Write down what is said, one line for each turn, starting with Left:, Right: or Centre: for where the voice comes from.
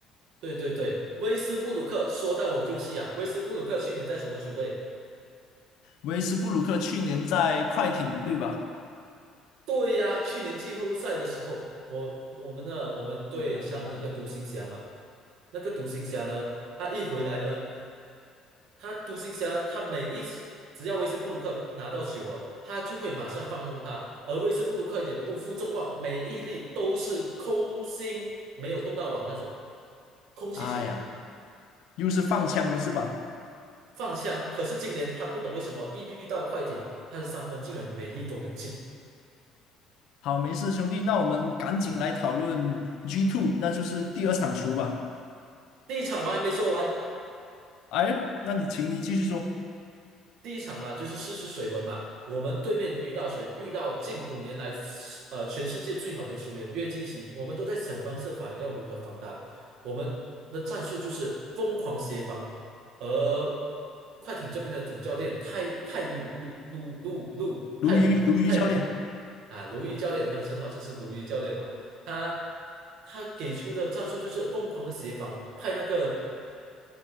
Right: 对对对，威斯布鲁克说到我就气啊！威斯布鲁克去年在什么球队？
Left: 维斯布鲁克去年在快艇，对吧？
Right: 对呀，去年季后赛的时候，我我们的我们对上那个独行侠嘛，
Left: 开
Right: 那个独行侠呢，他一回来呢。他独行侠，他每一次只要威斯布鲁克拿到球啊，他就会马上放空他，而威斯布鲁克也不负众望，每一粒都是空心，没有动到网那种空气球
Left: 哎呀，又是放枪了是吧？
Right: 放枪。可是今年他不懂为什么一遇到快艇，他的三分竟然每粒都能进。
Left: 好，没事，兄弟，那我们赶紧来讨论 G two，那就是第二场球吧。
Right: 第一场我还没说完。
Left: 哎，那你请你继续说，
Right: 第一场嘛，就是试试水温嘛。我们对面遇到谁？遇到近五年来，呃，全世界最好的球员约基奇，我们都在想方设法要如何防他。我们的战术就是疯狂协防，而快艇这边的总教练泰泰鲁鲁鲁鲁鲁泰鲁泰鲁
Left: 鲈鱼，鲈鱼教练
Right: 啊，鲈鱼教练，他的称号就是鲈鱼教练嘛。他他给出的战术就是疯狂的协防，派那个